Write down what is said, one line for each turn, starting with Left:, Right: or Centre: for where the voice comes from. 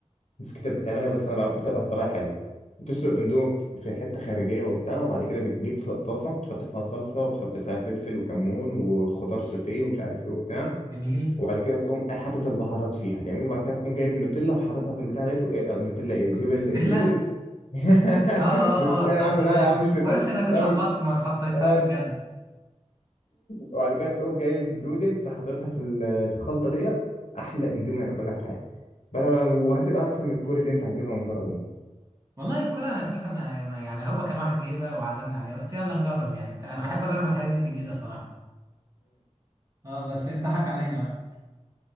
Left: ناس كتير بتعملها بس انا بع- بتبقى بطريقه حلوه بتسلق الاندومي في حته خارجيه وبتاع وبعد كده بتجيب ط- طاسه بتحط فيها صلصه وبتحط فيها فلفل وكمون وخضار سوتيه ومش عارف ايه وبتاع
Right: جميل
Left: وبعد كده تقوم حاطط البهارات فيها جميل وبعد كده تقوم جايب النوتيلا وحاططها في البتاع ديت و- إيه، النوتيلا ايه تجيب ال-
Right: نوتيلا
Left: النودلز <laughs>
Right: اه اه
Left: نوتيلا
Right: اه طب
Left: يا عم
Right: تمام
Left: لا يا عم مش نوتيلا
Right: كويس انك
Left: لا
Right: اتلخبطت
Left: مش
Right: ما اتحطيتهاش
Left: <laughs>
Right: بجد
Left: وبعد كده تقوم جايب نودلز حاططها في ال- الخلطه ديت احلى اندومي هتاكلها في حياتك بلا وهتبقى احسن من الكوري اللي انت هتجيبها من بره دي
Right: والله الكرة انا اساسا ما ما- يعني هو كان واحد جايبها وعزمني عليها قلت يلا نجرب يعني انت- انا بحب اجرب الحاجات الجديدة صراحة اه بس اتضحك علينا بقى